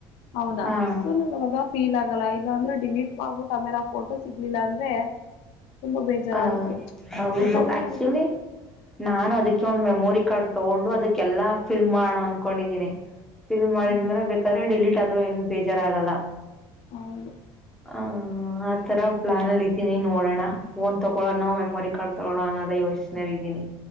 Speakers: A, on the left; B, in the centre.
A: ಅವ್ನ
B: ಹ
A: ಸೊ ನಂಗ್ ಅವಾಗ್ ಫೀಲ್ ಆಗಲ್ಲ ಇಲ್ಲಾಂದ್ರೆ ಡಿಲೀಟ್ ಮಾಡ್ಬಿಟ್ಟು ಆಮೇಲೆ ಆ ಫೋಟೋ ಸಿಗ್ಲಿಲ್ಲ ಅಂದ್ರೆ. ತುಂಬಾ ಬೇಜಾರಾಗುತ್ತೆ
B: ಹ ಹೌದು
A: ಯಾಕಂದ್ರೆ
B: ಆಕ್ಚುಲಿ
A: ನಾವು
B: ನಾನು ಅದಕ್ಕೆ ಒಂದು ಮೆಮೋರಿ ಕಾರ್ಡ್ ತಗೊಂಡು ಅದ್ ಅದಕ್ಕೆಲ್ಲಾ ಫಿಲ್ ಮಾಣ ಅನ್ಕೊಂಡಿದೀನಿ. ಇದು ಮಾಡಿದ್ಮೇಲೆ
A: ಹ್ಮ್
B: ಬೇಕಾರೆ ಡಿಲೀ ಟ್ ಆದ್ರೂ ಏನ್ ಬೇಜಾರಾಗಲ್ಲ.
A: ಹೌದು.
B: ಹ ಆತರ ಪ್ಲಾನ್ ಅಲ್ಲಿ ಇದೀನಿ ನೋಡಣ. ಫೋನ್ ತಗೊಳೋಣ ಮೆಮೊರಿ ಕಾರ್ಡ್ ತಗೋಳಣ ಅನ್ನೋದ ಯೋಚನೆಲಿ ಇದೀನಿ.